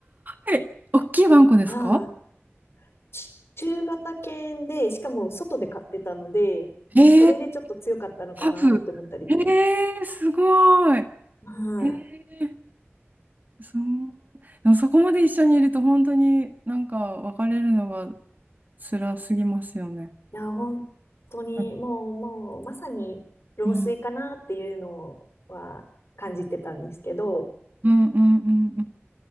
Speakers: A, on the right; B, on the left.
A: ごい。大きいワンコですか
B: ああ、ち中型犬で、しかも外で飼ってたので、まあ、
A: えー、
B: それでちょっと強かったのかなと思ったり。
A: ハブ。えーすごい。え
B: はい。
A: ーそう。でもそこまで一緒にいると本当になんか別れるのが辛すぎますよね。
B: いや、本当に、
A: うん。
B: もう、もう、まさに、老衰かなっていうのは感じてたんですけど、
A: うんうんうんうん